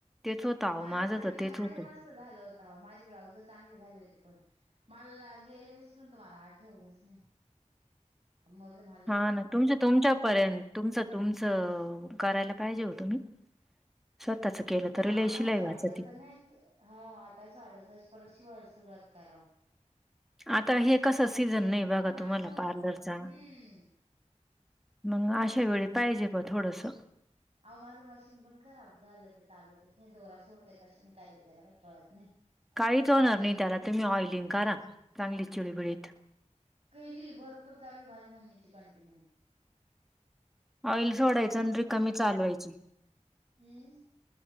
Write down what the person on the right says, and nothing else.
माझ
चांगलं
माझ्या
मस्त च झालं होता आवो माझे ब्लाउज चांगले झाले होते पण मला गेलं विसरून तर मला आठवलंच नाही. मरूदे मग
का
आता
असं
वाटत
नाही हा आताच वाटत परत शिवाय सुरुवात कराव.
पण आठवत
हम्म
आवो माझं मशीन पण खराब झालं ते चालतच नाही दोरा सोडते कशा आणि काय करतेला काही कळत नाही.
केली भरपूर चालुय माझ्या मम्मीची कंटिन्यू.
मी
हम्